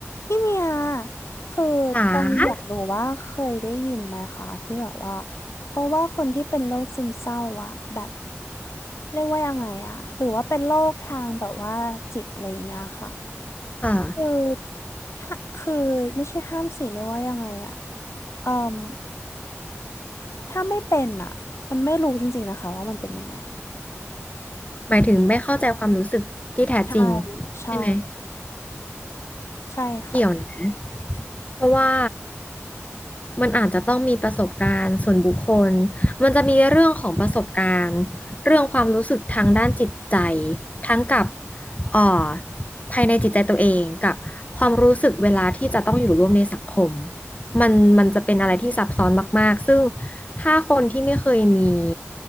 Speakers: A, on the left (about 70°); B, on the left (about 30°).
A: พี่เมียคือต้องอยากรู้ว่าเคยได้ยินไหมคะที่แบบว่า
B: จ๋า
A: เพราะว่าคนที่เป็นโรคซึมเศร้าอะแบบเรียกว่ายังไงอะหรือว่าเป็นโรคทางแบบว่าจิตอะไรอย่างเงี้ยค่ะ
B: ค่ะ
A: คือฮะคือไม่ใช่ห้ามสิเรียกว่ายังไงอะเอ่มถ้าไม่เป็นอะมันไม่รู้จริงๆนะคะว่ามันเป็นยังไง
B: หมายถึงไม่เข้าใจความรู้สึกที่แท้จริง
A: ใช่ใช่
B: ใช่ไหม
A: ใช่ค่ะ
B: เกี่ยวนะเพราะว่ามันอาจจะต้องมีประสบการณ์ส่วนบุคคล มันจะมีเรื่องของประสบการณ์เรื่องความรู้สึกทางด้านจิตใจ ทั้งกับเอ่อภายในจิตใจตัวเองกับความรู้สึกเวลาที่จะต้องอยู่ร่วมในสังคมมันมันจะเป็นอะไรที่ซับซ้อนมากๆซึ่ง ถ้าคนที่ไม่เคยมี